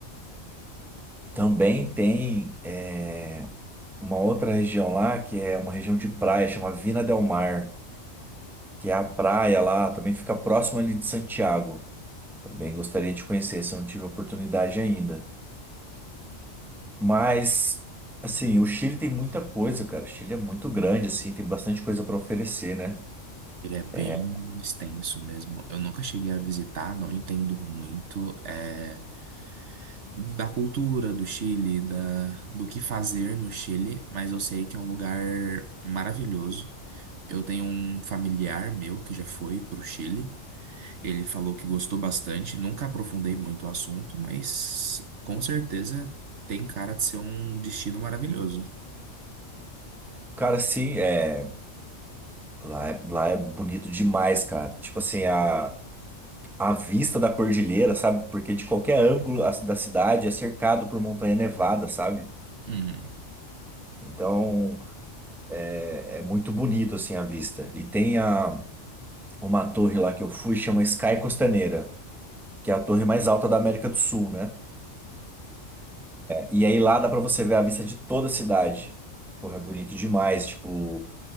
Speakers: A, in the centre; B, on the right (about 65°).
A: Também tem. é, uma outra região lá, que é uma região de praia, chama Vina del Mar, que é a praia lá, também fica próximo ali de Santiago. Também gostaria de conhecer, se eu não tive a oportunidade ainda. Mas, assim, o Chile tem muita coisa, cara. O Chile é muito grande, assim, tem bastante coisa para oferecer, né?
B: Ele é bem
A: É,
B: extenso mesmo. Eu nunca cheguei a visitar, não entendo muito é, da cultura do Chile, da, do que fazer no Chile, mas eu sei que é um lugar maravilhoso. Eu tenho um familiar meu que já foi pro Chile. Ele falou que gostou bastante, nunca aprofundei muito o assunto, mas com certeza tem cara de ser um destino maravilhoso.
A: Cara, assim, é, lá, é, lá é bonito demais, cara. Tipo assim, a, a vista da cordilheira, sabe? Porque de qualquer ângulo a- da cidade é cercado por montanha nevada, sabe?
B: Hum.
A: Então, É muito bonito assim a vista. E tem a, uma torre lá que eu fui, chama Sky Costaneira, que é a torre mais alta da América do Sul, né? E aí lá dá pra você ver a vista de toda a cidade. Porra, é bonito demais. Tipo,